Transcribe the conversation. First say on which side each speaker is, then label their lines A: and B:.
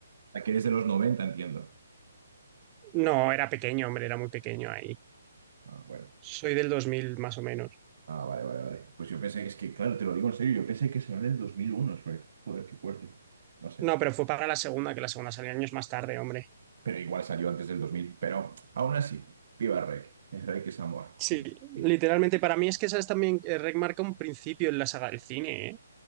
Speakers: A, on the right; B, on the right.
A: Ah, que eres de los 90, entiendo.
B: No, era pequeño, hombre, era muy pequeño ahí.
A: Ah, bueno.
B: Soy del 2000 más o menos.
A: Ah, vale, vale, vale. Pues yo pensé que es que, claro, te lo digo en serio, yo pensé que salió en el 2001, Shrek. Joder, qué fuerte. No sé.
B: No, pero fue para la segunda, que la segunda salió años más tarde, hombre.
A: Pero igual salió antes del 2000. Pero aún así, viva Rek. El Rek es amor.
B: Sí,
A: Es lo que pido.
B: literalmente para mí es que sabes también eh, REC marca un principio en la saga del cine, ¿eh?